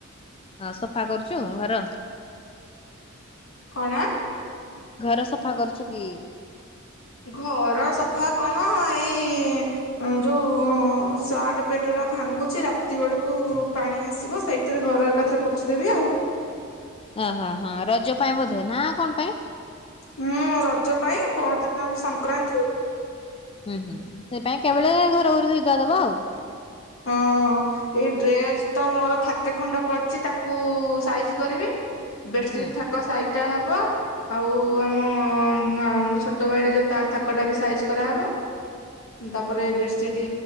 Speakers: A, on the left (about 25°); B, on the left (about 75°).
A: ଅ ସଫା କରୁଛୁ ଘର।
B: କଣ?
A: ଘର ସଫା କରୁଛୁ କି?
B: ଘର ସଫା କଣ ଏଇ ଯୋଉ ସାର୍ଟ ପେଟ ଉରାଭାଙ୍ଗୁଛି ରାତି ବେଳକୁ ପାଣି ଆସିବ ସେଇ ସେଥିରେ ଘର ଏକଥରେ ପୋଛିଦେବି ଆଉ।
A: ଓହୋ ହ ହଁ ରଜ ପାଇଁ ବୋଧେ ନା କଣ ପାଇଁ?
B: ହୁଁ ରଜ ପାଇଁ ପରଦିନ ବି ସଂକ୍ରାନ୍ତି।
A: ହୁଁ ହୁଁ ସେଇ ପାଇ ଏକାବେଳେ ଘର ଫର ଧୋଇ ଧାଇ ଦେବ ଆଉ।
B: ହଁ। ଏଇ ଡ୍ରେସ୍ ତ ମୋର ଥାକେ ଖଣ୍ଡ ପଡିଛି ତାକୁ ସାଇଜି କରିବି। ବେଡ଼ସିଟ୍
A: ହୁଁ
B: ଥାକ ସାଇଟା ହବ। ଆଉ ଆମ ଛୋଟ ଭାଇଟା ଯୋଉ ତା ଥାକଟା ବି ସାଇଜ୍ କରାହେବ। ତାପରେ ଏ ବେଡସିଟ